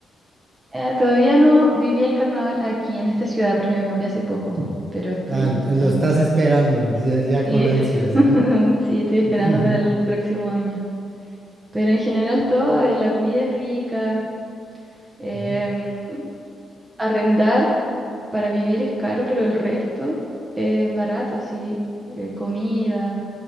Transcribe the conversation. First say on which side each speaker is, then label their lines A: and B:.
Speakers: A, on the right; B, on the right.
A: Eh, todavía no viví el carnaval aquí en esta ciudad porque me cambié hace poco, pero estoy
B: Ah, ent-
A: esperando.
B: lo estás esperando, ya, ya
A: Y
B: con
A: estoy-
B: ansias,
A: <laughs>
B: ¿no?
A: Sí, estoy esperando
B: <laughs>
A: para el próximo año. Pero en general todo, eh, la comida es rica, em,
B: Ujú.
A: arrendar para vivir es caro, pero el resto es barato, sí, eh, comida,